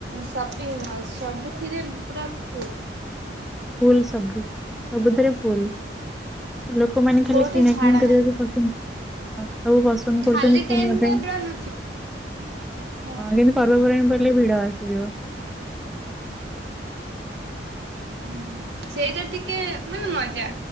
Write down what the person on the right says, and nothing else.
ସପିଂ ମଲ ସବୁଥିରେ ପୁରା ଫୁଲ।
ହୁଁ
କୋଉଠି
ଛାଡ
ନାହିଁ
ଖାଲି
ଟାଇମରେ
ଭିଡ ନଥିବ। ହଁ
ହୁଁ ସେଇଟା ଟିକେ ମାନେ ମଜା।